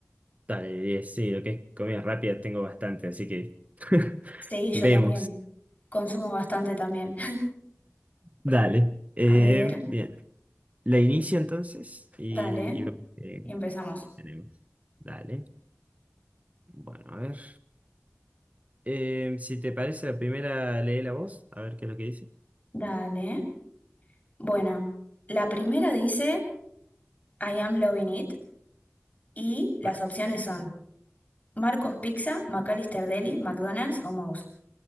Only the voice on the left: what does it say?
Sí, yo
también. Consumo bastante también.
<laughs> A ver,
dale,
y empezamos.
Dale. Bueno, la primera dice I am loving it y las
opciones son Marcos Pizza, McAllister Deli, McDonald's o Moe's.